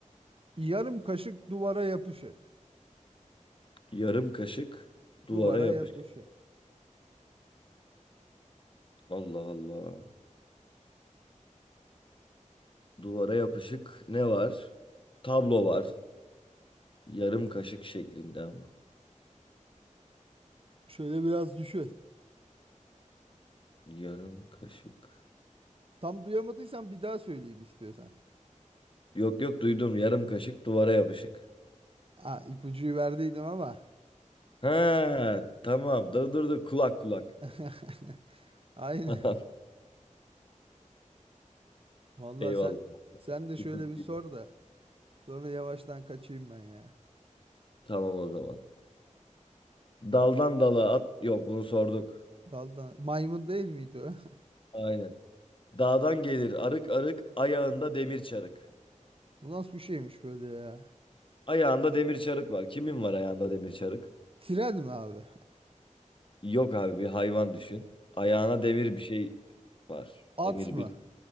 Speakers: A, on the right; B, on the left.
A: Yarım kaşık duvara yapışık.
B: Yarım kaşık duvara
A: Duvara
B: yapışık.
A: yapışık.
B: Allah Allah. Duvara yapışık ne var? Tablo var. Yarım kaşık şeklinde ama.
A: Şöyle biraz düşün.
B: Yarım kaşık.
A: Tam duyamadıysan bir daha söyleyeyim istiyorsan.
B: Yok yok duydum. Yarım kaşık duvara yapışık.
A: Ha ipucuyu verdiydim ama.
B: Ha tamam. Dur dur dur. Kulak kulak.
A: <laughs> Aynen.
B: <laughs>
A: Vallahi
B: Eyvallah.
A: sen sen de şöyle
B: İpucu.
A: bir sor da. Sonra yavaştan kaçayım ben ya.
B: Tamam o zaman. Daldan dala at. Yok bunu sorduk.
A: Daldan. Maymun değil miydi o?
B: Aynen. Dağdan gelir arık arık ayağında demir çarık.
A: <laughs> Bu nasıl bir şeymiş böyle ya?
B: Ayağında demir çarık var. Kimin var ayağında demir çarık?
A: Tren mi abi?
B: Yok abi bir hayvan düşün. Ayağına demir bir şey var.
A: At
B: Demir
A: mı?
B: bir.